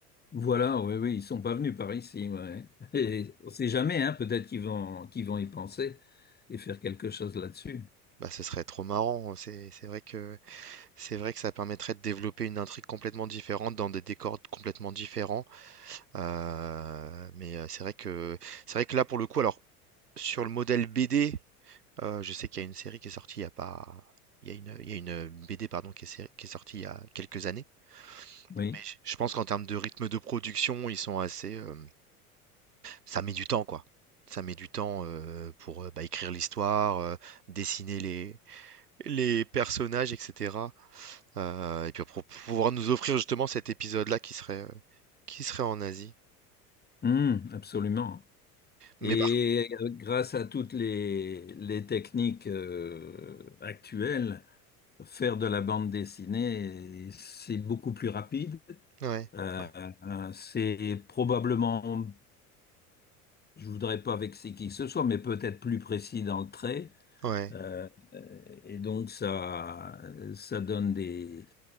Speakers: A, on the left; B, on the right.
A: Voilà, oui, oui, ils sont pas venus par ici. Ouais. Et on sait jamais, hein, peut-être qu'ils vont, qu'ils vont y penser et faire quelque chose là-dessus.
B: Bah ce serait trop marrant. C'est c'est vrai que c'est vrai que ça permettrait de développer une intrigue complètement différente dans des décors complètement différents. Euh, mais euh, c'est vrai que c'est vrai que là pour le coup, alors sur le modèle BD. Heu, je sais qu'il y a une série qui est sortie il y a pas il y a une il y a une, heu, une BD pardon qui est sé qui est sortie il y a quelques années,
A: Oui,
B: mais je je pense qu'en termes de rythme de production, ils sont assez, hem, ça met du temps quoi. Ça met du temps, heu, pour, heu, bah, écrire l'histoire, heu, dessiner les les personnages et cetera, heu, et puis pour pouvoir nous offrir justement cet épisode-là qui serait, heu, qui serait en Asie.
A: Hum, absolument. Et
B: Mais par
A: euh, grâce à toutes les, les techniques euh, actuelles, faire de la bande dessinée, c'est beaucoup plus rapide.
B: ouais,
A: Euh,
B: ouais,
A: euh, c'est probablement, je voudrais pas vexer qui que ce soit, mais peut-être plus précis dans le trait.
B: ouais.
A: Euh, euh, et donc ça, ça donne des.